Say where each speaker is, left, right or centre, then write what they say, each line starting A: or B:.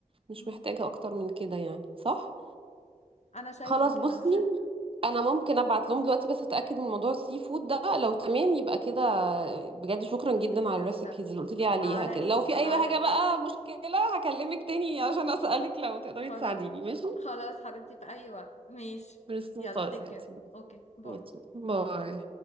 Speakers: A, on the right; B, on the left.
A: مش
B: مم.
A: محتاجة أكتر من كده يعني صح؟
B: انا شايفة
A: خلاص
B: كده
A: بصي
B: انا شايفة
A: أنا ممكن أبعت لهم دلوقتي بس أتأكد من موضوع السي فود ده لو تمام يبقى كده بجد شكرا جدا
B: ما انت كده
A: على الريسبيز
B: رشاد
A: اللي قلت لي عليها
B: على
A: كده
B: ايه
A: لو في أي
B: على
A: حاجة
B: ايه
A: بقى مشكلة هكلمك تاني عشان أسألك لو تقدري
B: خلاص
A: تساعديني ماشي؟
B: خلاص حبيبتي في اي وقت ماشي
A: بس
B: يلا
A: خلاص
B: تك
A: يا
B: كير.
A: حبيبتي.
B: اوكي باي
A: ماشي. باي